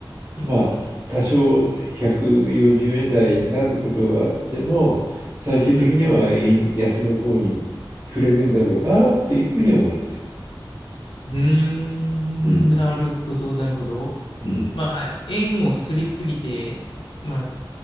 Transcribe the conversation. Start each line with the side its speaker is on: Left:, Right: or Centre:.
Left: うん。
Right: まあ、多少140円台になることはあっても、最終的には円安の方に触れるんだろうなというふうに思ってる。
Left: うん、うん。うーんなるほど、
Right: うん、
Left: なるほど。
Right: うん、
Left: まあ、円をすりすぎて、まあ、